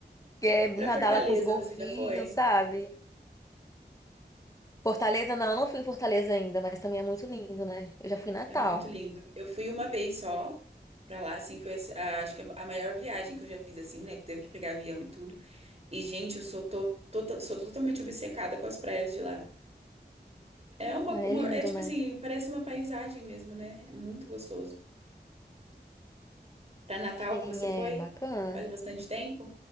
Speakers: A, on the left; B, on the right.
A: Que é nadar
B: Para Fortaleza,
A: lá com os golfinhos,
B: você já foi?
A: sabe? Fortaleza, não, eu não fui em Fortaleza ainda, mas também é muito lindo, né? Eu já fui em Natal.
B: É muito lindo. Eu fui uma vez só pra lá, assim, foi assim, a- acho que é a maior viagem que eu já fiz, assim, né? Que teve que pegar avião e tudo. E, gente, eu sou, to- tota- sou totalmente obcecada com as praias de lá. É uma,
A: Ah,
B: uma-
A: é lindo,
B: é tipo
A: né?
B: assim, parece uma paisagem mesmo, né? É muito gostoso. Para Natal
A: Sim,
B: que você
A: é
B: foi?
A: bacana.
B: Faz bastante tempo.